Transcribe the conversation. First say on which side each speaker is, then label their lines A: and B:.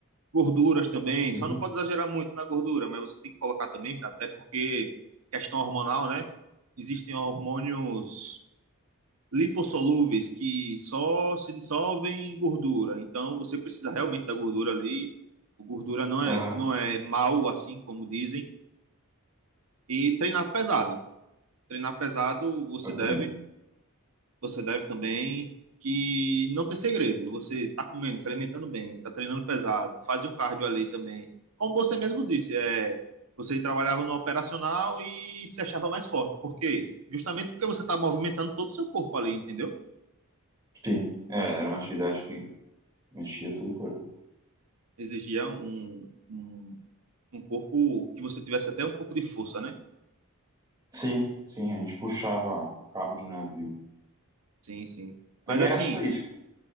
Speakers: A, on the right (about 80°); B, on the right (about 20°).
A: Gorduras também,
B: Uhum.
A: só não pode exagerar muito na gordura, mas você tem que colocar também, até porque questão hormonal, né? Existem hormônios lipossolúveis que só se dissolvem em gordura. Então você precisa realmente da gordura ali. O Gordura não é
B: Aham,
A: não é mal assim como dizem e treinar pesado. Treinar pesado você
B: bacana.
A: deve, você deve também que não tem segredo. Você está comendo, se alimentando bem, está treinando pesado, faz um cardio ali também. Como você mesmo disse, é você trabalhava no operacional e se achava mais forte. Por quê? Justamente porque você está movimentando todo o seu corpo ali, entendeu?
B: Sim, é, era uma atividade que mexia todo o corpo.
A: exigia um, um, um corpo que você tivesse até um pouco de força, né?
B: Sim, sim, a gente puxava cabo de navio.
A: Sim, sim.
B: Também
A: Mas assim,
B: era só isso,